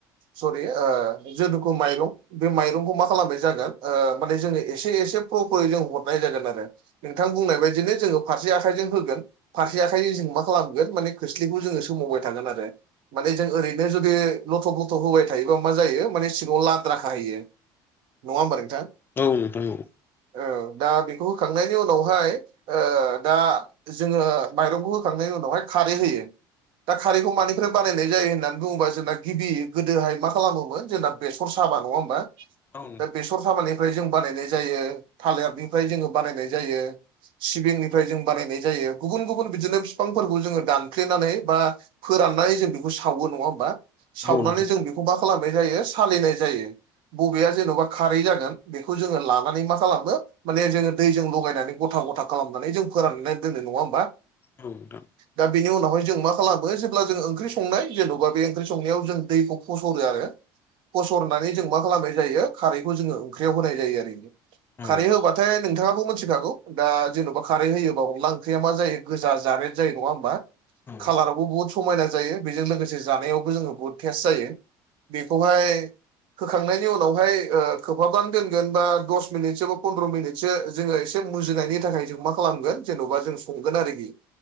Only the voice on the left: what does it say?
औ नोंथां औ।
औ
नोंथां औ
औ थां।
औ
औ